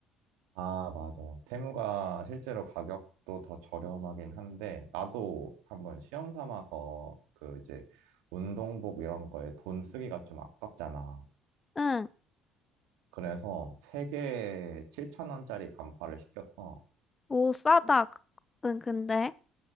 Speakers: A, on the right; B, on the left.
A: 아, 맞아. 테무가 실제로 가격도 더 저렴하긴 한데, 나도 한번 시험 삼아서 그 이제 운동복 이런 거에 돈 쓰기가 좀 아깝잖아.
B: 응,
A: 그래서 세개에 7천원짜리 반팔을 시켰어.
B: 오, 싸다. 그, 응, 근데.